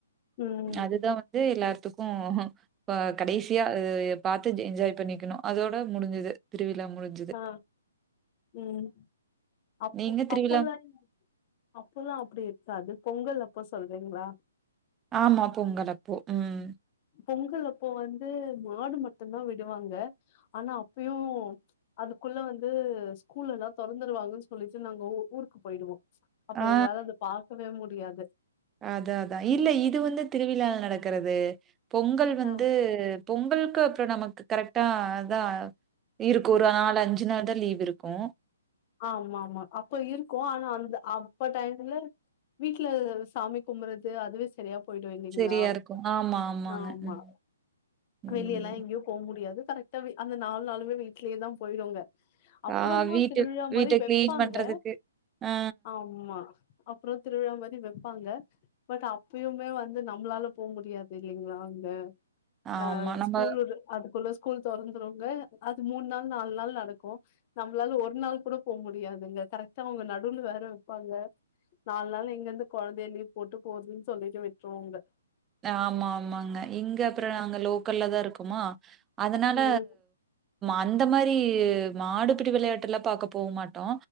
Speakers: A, on the left; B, on the right.
A: ம்
B: அதுதா வந் ந்து எல்லாத்துக்கு அ கடைசியா பாத்து என்ஜாய் பண்ணி க்குனு அதோட முடிஞ்சுது திருவிழா முடிஞ்சுது
A: ஆ ம் அப்போ
B: நீங்க திருவிழா
A: அப்போல்லா நீங்க அப்போல்லா அப்டி இருக்காது பொங்கல் அப்ப சொல்றீங்களா
B: ஆமா பொங்கலப்போ ம்
A: பொங்கல் அப்போ வந்து மாடு மட்டும்தா விடுவாங்க ஆனா அப்பயு அதுக்குள்ள வந்து ஸ்கூல் எல்லா தொறந்துருவாங்கன்னு சொல்லிட்டு நாங்க ஊ ஊருக்கு போயிடுவோ அப்ப
B: ஆ
A: எங்களால அது பாக்கவே முடியாது
B: அதா அதா இல்ல இது வந்து திருவிழால நடக்கிறது பொங்கல் வந்து
A: ஆ
B: பொங்கலுக்கு அப்புறோ நமக்கு கரெக்டா அதா இருக்கும் ஒரு நாலு அஞ்சு நாள் தா லீவ் இருக்கும்
A: ஆமா ஆமா அப்ப இரு கோவல்லா வல்ல அப்ப டைம்ல வீட்டுல சாமி கும்புறது அதுவே சரியா போயிடு இல்லீங்களா
B: சரியா இருக்கு. ஆமா, ஆமாங்க.
A: ஆமா
B: ம். ம்.
A: வெளிய எல்லா எங்கயு போ முடியாது கரெக்டா அந்த நாலு நாளுமே வீடலயே தா போய்டுவாங்க அப்புறமா
B: ஆ வீட்டு
A: திருவிழா மாரி
B: வீட்ட
A: வெப்பாங்க
B: கிளீன் பண்றதுக்கு. ஆ
A: ஆம்மா அப்புறோ திருவிழா மாரி வெப்பாங்க பட் அப்பயுமே வந்து நம்மளால போக முடியாது இல்லைங்களா அங்க
B: ஆமா.
A: அ
B: நம்ம
A: ஸ்கூல் அதுக்குள்ள ஸ்கூல் தொறந்துருவங்க அது மூணு நாள் நால் நாள் நடக்கு நம்மளால ஒரு ஒரு நாள் கூட போ முடியாதுங்க கரெக்ட்டா அவ்ங்க நடுல வேற வெப்பாங்க நாலு நாள் எங்கிருந்து கொழந்தைய லீவ் போட்டு போறதுன்னு சொல்லிட்டு விட்டுருவோங்க
B: ஆமா ஆமாங்க இங்க அப்புற நாங்க லோக்கல்ல தா இருக்கோமா அதனால
A: ம்
B: அந்த மாரி மாடுபிடி விளையாட்டு எல்லா பாக்க போ மாட்டோ